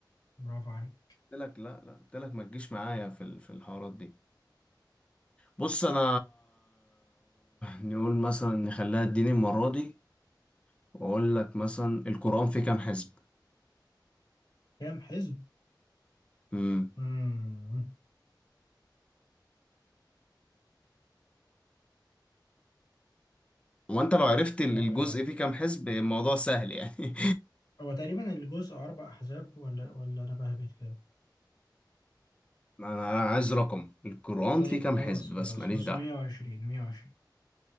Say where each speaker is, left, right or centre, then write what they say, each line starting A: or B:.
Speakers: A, on the left (about 50°); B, on the left (about 15°).
A: برافو عليك
B: قلت لك لا لا قلت لك ما تجيش معايا في ال- في الحوارات دي بص انا نقول مثلا نخليها الدين المره دي واقول لك مثلا القران فيه كام حزب
A: كام حزب؟
B: امم
A: مم.
B: وانت لو عرفت ال-
A: آه،
B: الجزء فيه كام حزب الموضوع سهل يعني
A: هو تقريبا الجزء أربع أحزاب ولا ولا أنا بهبت كده
B: <laughs> انا أنا عايز رقم القران
A: طيب
B: فيه كام
A: خلاص
B: حزب
A: خلاص
B: بس ماليش
A: بص
B: دعوه
A: 120 120